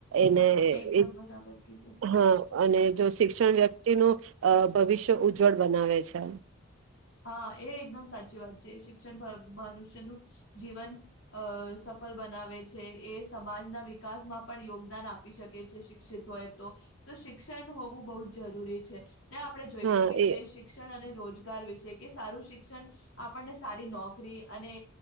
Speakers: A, on the right; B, on the left.
A: એને
B: એકદમ
A: એ
B: બરાબર કીધું.
A: હા. અને જો શિક્ષણ વ્યક્તિ નું ભવિષ્ય ઉજ્જવળ બનાવે છે.
B: હા, એ એકદમ સાચી વાત છે. શિક્ષણ ભ મનુષ્યનું જીવન અ સફળ બનાવે છે. એ સમાજના વિકાસમાં પણ યોગદાન આપી શકે છે, શિક્ષિત હોય તો તો શિક્ષણ હોવું બો જ જરૂરી છે. ને આપણે જોઈ
A: હા
B: શકીએ
A: એ
B: છીએ, શિક્ષણ અને રોજ ગાર વિશ છે કે, સારું શિક્ષણ આપણને સારી નોકરી અને